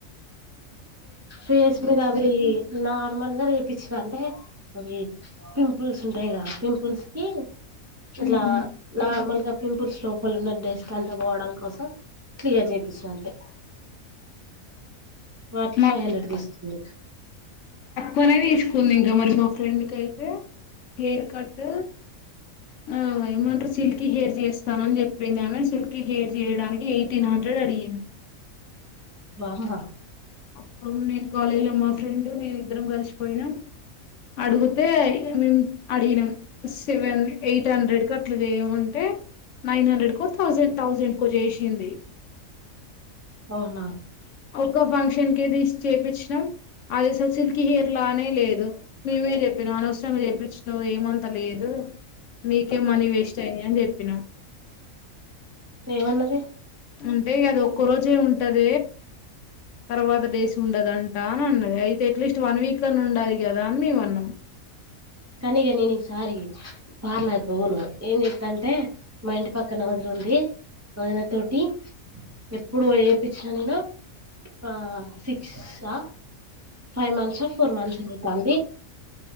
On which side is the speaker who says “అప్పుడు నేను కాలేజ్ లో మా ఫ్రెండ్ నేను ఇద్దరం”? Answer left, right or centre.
Left